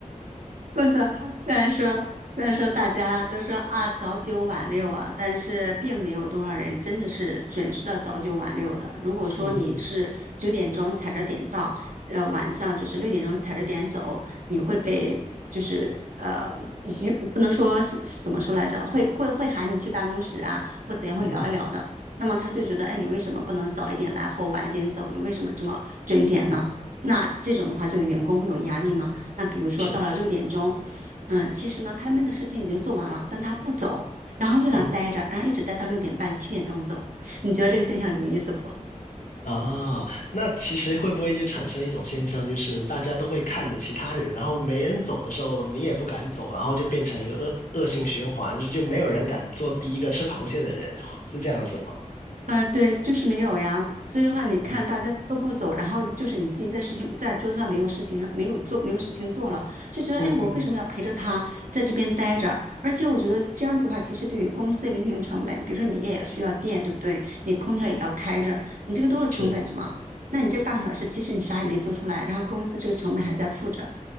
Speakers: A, on the right; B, on the left.
A: <laughs> 工作虽然说虽然说大家都说啊早九晚六啊，但是并没有多少人真的是准时的早九晚六的。如果说你是九点钟踩着点到，
B: 嗯
A: 呃，晚上就是六点钟踩着点走，你会被就是呃，有不能说是是怎么说来着，会会会喊你去办公室啊，或怎样会聊一聊的。
B: 嗯嗯
A: 那么他就觉得，哎，你为什么不能早一点来或晚一点走？你为什么这么准点呢？
B: 嗯，
A: 那这种的话，就员工会有压力吗？那比如说到了六点钟，
B: 是，
A: 嗯，其实呢他们的事情已经做完了，但他不走，然后就在那待着，
B: 嗯
A: 然后一直待到六点半、七点钟走。你觉得这个现象有意思不？
B: 啊，那其实会不会就产生一种现象，就是大家都会看着其他人，然后没人走的时候，你也不敢走，然后就变成一个恶恶性循环，就就没有人敢做第一个吃螃蟹的人，是这样子吗？
A: 啊，对，就是没有呀。所以的话，你看大家都不走，
B: <laughs> 啊，
A: 然后就是你自己在事情在桌子上没有事情上没有做没有事情做了，就觉得哎，
B: 嗯嗯
A: 我为什么要陪着他在这边待着？而且我觉得这样子的话，其实对于公司的一个运营成本，比如说你也需要电，对不对？你空调也要开着，
B: 嗯，
A: 你这个都是成本的嘛。
B: 是
A: 那你这半小时其实你啥也没做出来，然后公司这个成本还在付着，